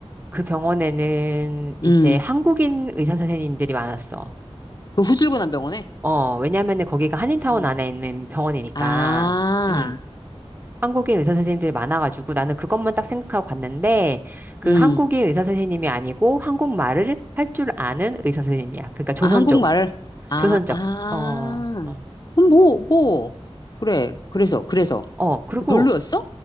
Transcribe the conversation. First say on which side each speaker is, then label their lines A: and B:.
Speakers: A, on the right; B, on the left.
A: 그 병원에는 이제
B: 음.
A: 한국인 의사 선생님들이 많았어.
B: 그 후줄근한 병원에?
A: 어, 왜냐면은 거기가 한인타운
B: 음.
A: 안에 있는 병원이니까.
B: 아,
A: 음. 한국인 의사 선생님들이 많아가지고 나는 그것만 딱 생각하고 갔는데 그
B: 음.
A: 한국인 의사 선생님이 아니고 한국말을 할 줄 아는 의사 선생님이야. 그러니까 조선족,
B: 아, 한국말을, 아,
A: 조선족.
B: 아,
A: 어, 어,
B: 그럼 뭐, 뭐, 그래, 그래서, 그래서,
A: 어. 그리고
B: 별로였어?